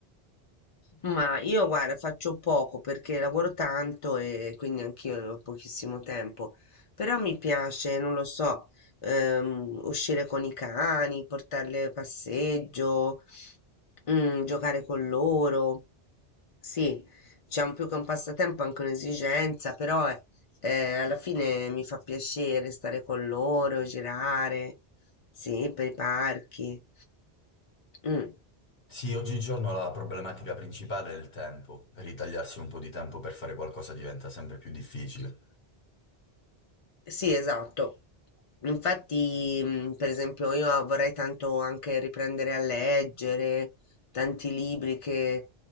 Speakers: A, on the left; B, on the left.
A: Ma io guarda, faccio poco perché lavoro tanto e quindi anch'io ho pochissimo tempo, però mi piace, non lo so, ehm, uscire con i cani, portarli a passeggio, mm, giocare con loro. Sì, diciamo più che un passatempo, anche un'esigenza, però eh, eh, alla fine mi fa piacere stare con loro, girare, sì, per i parchi. Mm.
B: Sì, oggigiorno la problematica principale è il tempo. Ritagliarsi un po' di tempo per fare qualcosa diventa sempre più difficile.
A: Sì, Sì, esatto. Infatti, mh, per esempio, io ah, vorrei tanto anche riprendere a leggere tanti libri che